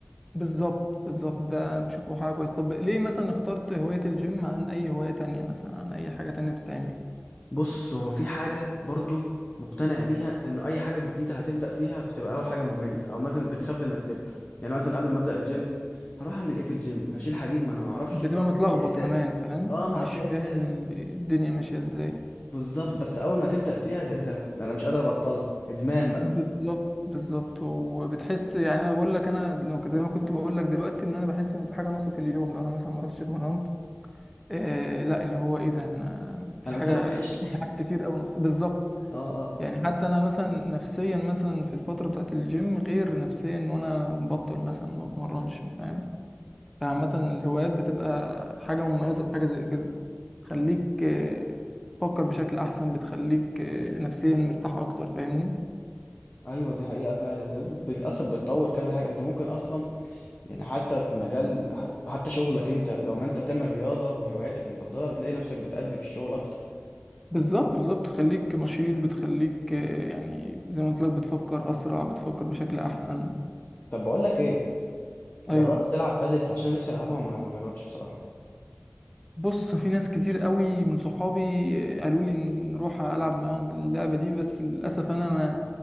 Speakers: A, in the centre; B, on the left.
A: بالظبط بالظبط ده أنا بشوفه حاجة كويسة طب ليه مثلا اخترت هواية الجيم عن اي هواية تانية مثلا عن اي حاجة تانية بتتعمل
B: بص هو في حاجة برضو مقتنع بيها انه اي حاجة جديدة هتبدأ فيها بتبقى اول حاجة مملة او مثلا بتخاف انك تبدأ يعني مثلا قبل ما ابدأ الجيم هروح اعمل ايه في الجيم هشيل حديد ما انا ما اعرفش
A: بتبقى
B: يعني
A: متلخبط
B: ايه احساسه
A: كمان فاهم
B: اه ما
A: مش
B: اعرفش ايه
A: فاهم
B: احساسه
A: الدنيا ماشية ازاي
B: بالظبط بس اول ما تبدأ فيها ايه ده ده انا مش قادر ابطلها ادمان بقى
A: بالظبط بالظبط وبتحس يعني انا بقول لك انا لو- زي ما كنت بقول لك دلوقتي ان انا بحس ان في حاجة ناقصة في اليوم لو انا مثلا ما رحتش اتمرنت آه لا اللي هو ايه ده انا في
B: انا
A: حاجه
B: انسان وحش <laughs>
A: في حاجات كتير قوي بالظبط
B: اه اه
A: يعني حتى انا مثلا نفسيا مثلا في الفتره بتاعت الجيم غير نفسيا وانا مبطل مثلا ما بتمرنش فاهم فعامه الهوايات بتبقى حاجه مميزه في حاجه زي كده تخليك آه، تفكر بشكل احسن بتخليك آه، نفسيا مرتاح اكتر فاهمني
B: ايوه دي حقيقة فعلا بت- للاسف بتطور كذا حاجة انت ممكن اصلا يعني حتى في مجال حتى شغلك انت لو ما انت بتعمل رياضة وهواياتك المفضلة بتلاقي نفسك بتأدي في الشغل اكتر
A: بالظبط بالظبط تخليك نشيط بتخليك آه، يعني زي ما قلت لك بتفكر اسرع بتفكر بشكل احسن
B: طب بقول لك ايه جربت
A: ايوه
B: تلعب بادل عشان أنا نفسي العبها وما ما جربتش بصراحه
A: بص في ناس كتير قوي من صحابي قالوا لي ن- نروح العب معاهم اللعبه دي بس للاسف انا ما